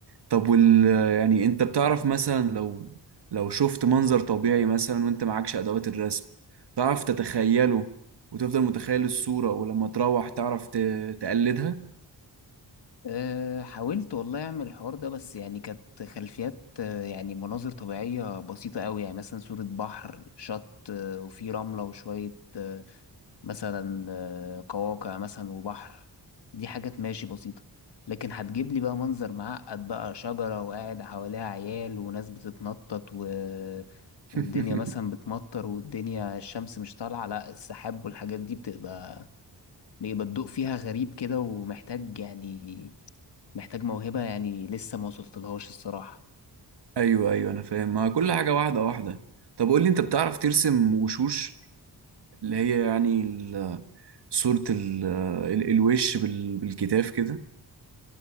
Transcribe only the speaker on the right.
طب وال يعني انت بتعرف مثلا لو لو شفت منظر طبيعي مثلا وانت معكش ادوات الرسم تعرف تتخيله وتفضل متخيل الصورة ولما تروح تعرف ت- تقلدها
<laughs>
ايوه ايوه انا فاهم ما كل حاجة واحدة واحدة طب قول لي انت بتعرف ترسم وشوش اللي هي يعني ال- صورة ال- ال- الوش بال- بالكتاف كده